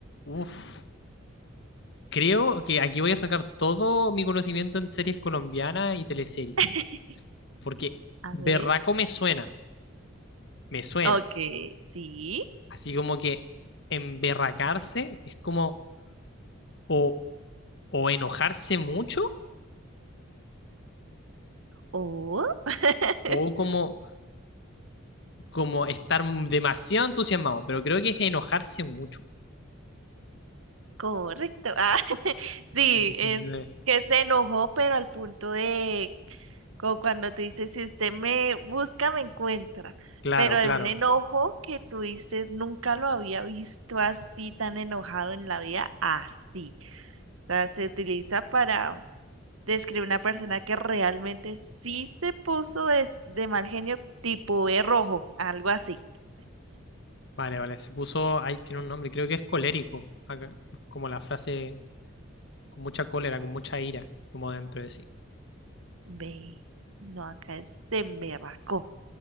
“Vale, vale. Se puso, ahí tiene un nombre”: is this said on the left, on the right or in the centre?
Left